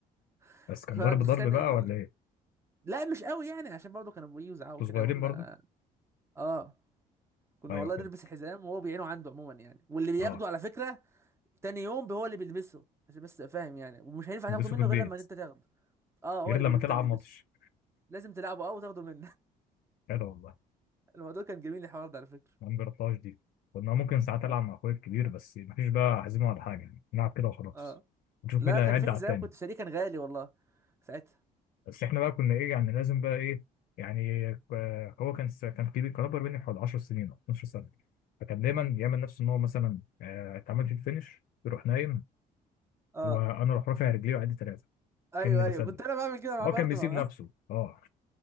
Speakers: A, on the right (about 15°); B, on the left (about 65°).
A: <laughs>
B: بس كان
A: كنا
B: ضرب
A: نقعد نتخانق
B: ضرب بقى
A: وال...
B: ولا ايه؟
A: لا مش قوي يعني عشان برضه كانوا بيجوا يزعقوا
B: انتوا
A: كده
B: صغيرين
A: وقلنا
B: برضو؟
A: اه كنا
B: ايوه
A: والله
B: كده
A: نلبس حزام وهو بيعينه عنده عموما يعني واللي بياخده
B: اه
A: على فكره تاني يوم هو اللي بيلبسه عشان بس تبقى فاهم يعني ومش هينفع
B: تلبسوا
A: تاخده منه
B: في البيت
A: غير لما انت تاخده اه هو
B: غير
A: اللي
B: لما
A: بيفضل
B: تلعب
A: يلبسه
B: ماتش
A: لازم تلعبه اه وتاخده منه
B: <laughs> كده والله
A: <laughs> الموضوع كان جميل الحوار ده على فكره
B: ما جربتهاش دي كنا ممكن ساعات
A: اه
B: العب مع اخويا الكبير بس مفيش بقى احزمه على حاجه يعني. نلعب كده وخلاص
A: اه
B: نشوف
A: لا
B: مين اللي
A: كان
B: هيعد
A: في حزام
B: على التاني
A: كنت شاريه كان غالي والله ساعتها
B: بس احنا بقى كنا ايه يعني لازم بقى ايه يعني ك- هو كان س- كان كبير كان اكبر مني بحوالي 10 سنين او 12 سنه فكان دايما
A: امم
B: يعمل نفسه ان هو مثلا آه، اتعمل في الفينش يروح نايم
A: اه
B: وانا اروح رافع رجلي وعدي ثلاثه
A: ايوه
B: كاني بسلم
A: ايوه كنت انا بعمل كده معاه
B: هو
A: برضه
B: كان بيسيب
A: مع
B: نفسه
A: <laughs>
B: اه